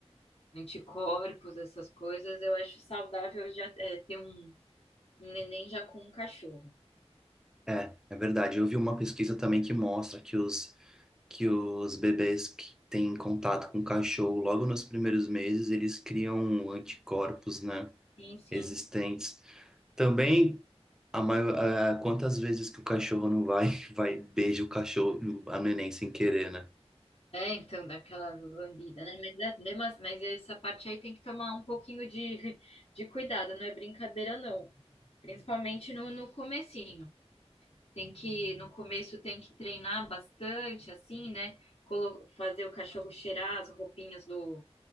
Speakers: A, on the left (about 60°); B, in the centre.
A: anticorpos, essas coisas, eu acho saudável já é, ter um, um neném já com um cachorro.
B: É, é verdade. Eu vi uma pesquisa também que mostra que os que os bebês que têm contato com cachorro logo nos primeiros meses, eles criam anticorpos, né,
A: Sim, sim.
B: existentes. Também a maior, a- quantas vezes que o cachorro não vai <laughs> vai e beija o cachorro, a neném sem querer, né?
A: É, então, daquela lambida, né? Mas, é- mesmo assim- mas essa parte aí tem que tomar um pouquinho de, <laughs> de cuidado, não é brincadeira, não. Principalmente no, no comecinho. Tem que, no começo tem que treinar bastante, assim, né? Colo- fazer o cachorro cheirar as roupinhas do,